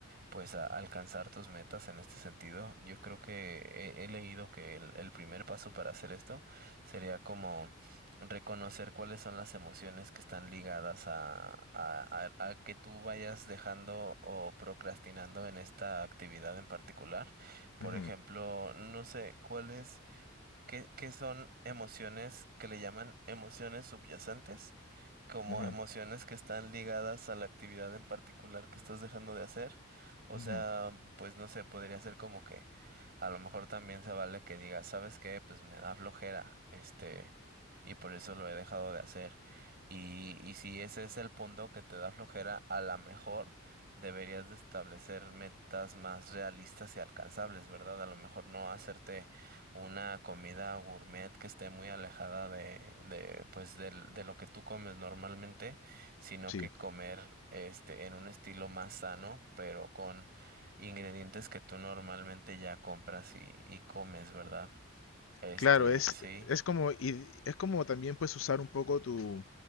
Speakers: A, on the right; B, on the left.
A: pues a alcanzar tus metas en este sentido. Yo creo que he, he leído que el, el primer paso para hacer esto sería como reconocer cuáles son las emociones que están ligadas a, a, a- a que tú vayas dejando o procrastinando en esta actividad en particular. Por
B: Ujú,
A: ejemplo, no sé cuáles, qué, qué son emociones que le llaman emociones subyacentes como
B: ujú,
A: emociones que están ligadas a la actividad en particular que estás dejando de hacer. O
B: ujú.
A: sea, pues no sé, podría ser como que a lo mejor también se vale que digas, ¿sabes qué? Pues me da flojera, este, y por eso lo he dejado de hacer. Y, y si ese es el punto que te da flojera, a lo mejor deberías de establecer metas más realistas y alcanzables, ¿verdad? A lo mejor no hacerte una comida gourmet que esté muy alejada de, de pues del- de, lo que tú comes normalmente, sino
B: Sí.
A: que comer este en un estilo más sano, pero con ingredientes que tú normalmente ya compras y, y comes, ¿verdad? Este,
B: Claro, es,
A: sí.
B: es como, id- es como también pues usar un poco tu,